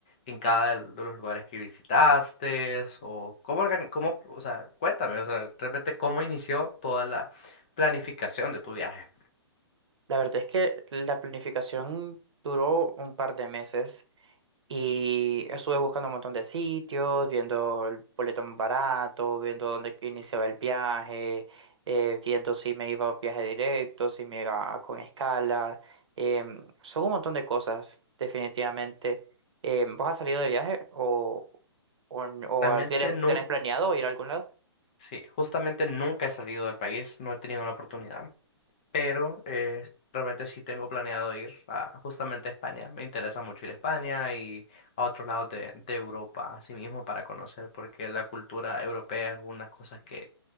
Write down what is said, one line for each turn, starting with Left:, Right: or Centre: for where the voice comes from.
Left: en cada del- de los lugares que visitaste? ¿O cómo, organi- cómo, o sea, cuéntame, o sea, realmente cómo inició toda la planificación de tu viaje?
Right: La verdad es que la planificación duró un par de meses. Y estuve buscando un montón de sitios, viendo el boleto más barato, viendo dónde que iniciaba el viaje, eh, viendo si me iba a viaje directo, si me iba con escala. em, son un montón de cosas, definitivamente. Em, ¿vos has salido de viaje o, o, n- o
Left: Realmente
Right: tienes,
Left: nunca,
Right: tenés planeado ir a algún lado?
Left: sí, justamente nunca he salido del país, no he tenido la oportunidad, pero eh, realmente sí tengo planeado ir a, justamente a España. Me interesa mucho ir a España y a otros lados de, de Europa, así mismo, para conocer, porque la cultura europea es una cosa que